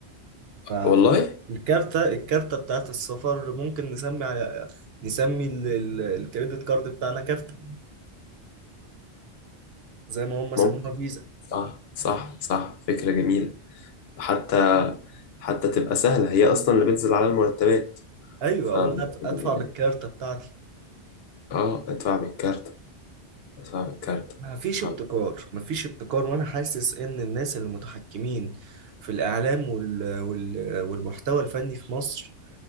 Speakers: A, on the right (about 65°); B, on the left (about 70°).
A: فالكارتة
B: والله
A: الكارتة بتاعت السفر ممكن نسمي على نسمي الكريدت كارد بتاعنا كارتة زي ما هم سموها
B: ممكن
A: فيزا
B: صح صح صح فكرة جميلة حتى حتى تبقى سهلة هي أصلا اللي بتنزل على المرتبات
A: ايوه
B: ف...
A: اقول أد- ادفع
B: يعني
A: بالكارتة بتاعتي
B: آه ادفع بالكارت ادفع بالكارت
A: ما فيش ابتكار
B: آه.
A: ما فيش ابتكار وانا حاسس ان الناس اللي متحكمين في الاعلام وال... وال... والمحتوى الفني في مصر